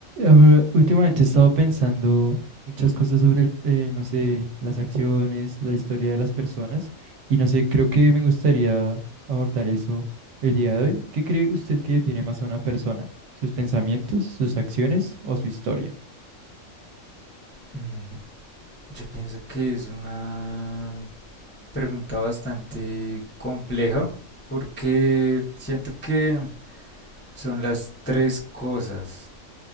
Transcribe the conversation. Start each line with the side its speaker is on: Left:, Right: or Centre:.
Right: Ahora, Últimamente he estado pensando muchas cosas sobre, el- eh, no sé, las acciones, la historia de las personas y no sé, creo que me gustaría abordar eso el día de hoy. ¿Qué cree usted que define más a una persona? ¿Sus pensamientos, sus acciones o su historia?
Left: Mm, Yo pienso que es una pregunta bastante compleja porque siento que son las tres cosas